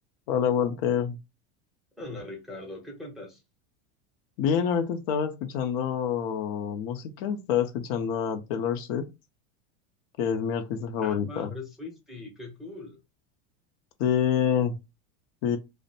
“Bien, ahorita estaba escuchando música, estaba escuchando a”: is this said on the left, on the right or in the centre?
Left